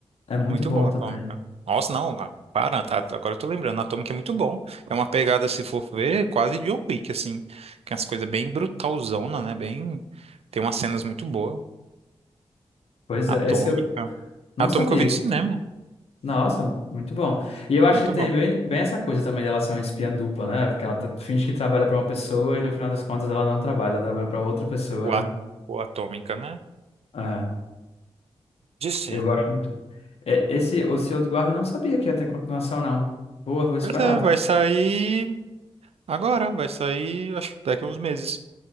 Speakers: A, on the left; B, on the right.
A: É muito
B: Muito
A: bom
B: bom,
A: também.
B: Atômica. Nossa, não, ah, para, tá, tá, agora eu tô lembrando. Atômica é muito bom. É uma pegada, se for ver, quase John Wick, assim. Que é as coisas bem brutalzona, né? Bem. Tem umas cenas muito boas.
A: Pois
B: Atômica.
A: é, esse eu não
B: Atômica
A: sabia.
B: eu vi no cinema.
A: Nossa, muito bom. E eu acho
B: Muito
A: que tem
B: bom.
A: bem, bem essa coisa também dela ser uma espiã dupla, né? Porque ela tá- finge que trabalha pra uma pessoa e no final das contas ela não trabalha, ela trabalha pra outra pessoa,
B: O, at...
A: né?
B: o Atômica, né?
A: É,
B: De ser.
A: eu gosto muito. É, esse O Senhor do Guarda não sabia que ia ter continuação, não. Boa, vou esperar.
B: Pois é, vai sair agora. Vai sair, acho que daqui a uns meses.